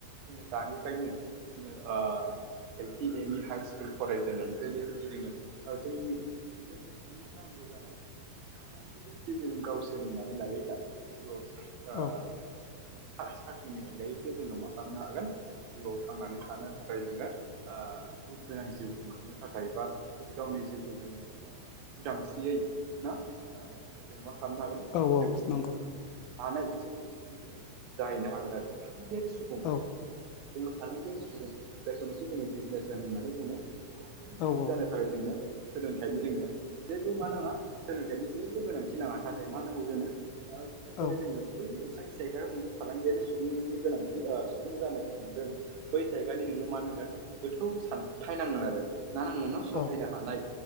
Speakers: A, on the right; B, on the left.
A: जोङो दानिफ्रायनो जोङो O L P M E high school फरायजेननायनिफ्रायनो जुदि जोङो जोंनि जोंनि सुबुं नांगौ जानाय खामानिफोरखौ जुदि जों गाव सोलोंनानै लायोब्ला जिउआव स ओ
B: औ
A: साख्रिनि अनगायैखौ जोङो मा खालामनो हागोन जिउआव थांनानै थानो थाखाय जोङो ओ गुन गोनां जिउ खुंलांनो थाखाय बा बि गावनि जिउखौ जोङो ओ उदांस्रियै ना जोङो मा खालामनो हागोन
B: औ औ
A: जिउ खुंलांनो
B: नंगौ
A: हानाय हानाय सासे सुबुं जोङो जाहैनो हागोन आरो। फालांगियारि सुबुं
B: औ
A: जोङो फालांगियारि सुबुं जायखौनाखि जोङो बिजनेसमेन होननानै बुङो। फालांगियारि
B: औ
A: सुबुं
B: औ
A: जानो थाखाय जोंनो सोलोंथाइनि जोंनो जेबो मा नाङा सोलोंथाइनि जेबो गोनांथि नाङा नाथाय मा नांगौ जोंनो एखदेबारे
B: औ
A: जोंनो बै जाय जायगायाव नोङो फालांगियारि सुबुंनि गोनांथि सुबुं जानो सानदों बै जायगानि नोंनो मा नांगोन गोथौ सानथाय नांगोन आरो ना नांगौ नोंनाव सहायनो
B: औ
A: हानाय